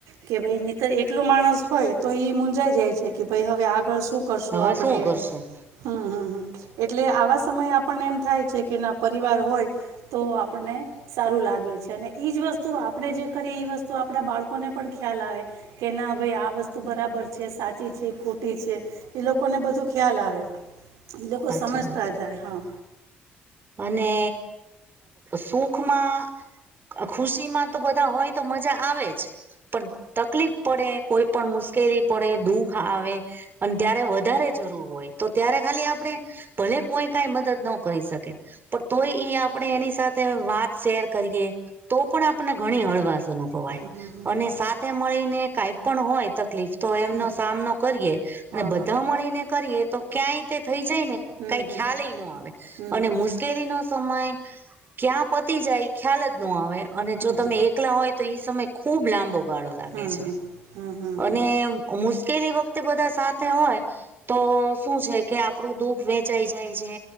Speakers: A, on the right; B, on the right.
A: કે ભાઈ નીરક એક એટલો માણસ હોય તો એ મુંજાઈ જાય છે કે ભાઈ હવે આગળ શું કરશું
B: હવે
A: આપણે.
B: શું કરશું
A: હમ હમમ એટલે આવા સમયે આપણને એમ થાય છે કે ના પરિવાર હોય તો આપણે સારું લાગે છે અને એ જ વસ્તુ આપણે જે કરીએ એ વસ્તુ આપણા બાળકોને પણ ખ્યાલ આવે. કે ના ભાઈ આ વસ્તુ બરાબર છે સાચી છે ખોટી છે. એ લોકોને બધું ખ્યાલ આવે એ લોકો
B: સાચી
A: સમજતા
B: વાત છે
A: જાય હા.
B: અને સુખમાં ખુશી માં તો બધા હોય તો મજા આવે જ. પણ તકલીફ પડે કોઈ પણ મુશ્કેલી પડે દુઃખ આવે અને ત્યારે વધારે જરૂર હોય તો ત્યારે ખાલી આપણે ભલે કોઈ કઈ મદદ ન કરી શકે. પણ તોય એ આપણેે એની સાથે વાત શેર કરીએે તો પણ આપને ઘણી હળવાશ અનુભવાય
A: હમ હમ હમ
B: અને
A: હમ
B: સાથે મળીને કાંઈ પણ હોય તકલીફ તો એમનો
A: હમ
B: સામનો કરીએ
A: હા
B: અને બધા
A: હા
B: મળીને કરીએ તો ક્યાંય થઈ જાય ને
A: હમ
B: કઈ
A: હમ
B: ખ્યાલ ન આવે
A: હમ
B: અને
A: હમ
B: મુ નો સમય ક્યાં પતી જાય ખ્યાલ જ ન આવે અને
A: હમ
B: જો તમે
A: હમ
B: એકલા હોય તો એ સમય ખુબ લાંબો ગાળો લાગે
A: હમ હમ
B: છે,
A: હમ હમ હમ હમ હમ હમ
B: અને મુશ્કેલી એ વખતે બધા સાથે હોય. તો શું છે કે આપડું દુઃખ વેચાઈ જાય છે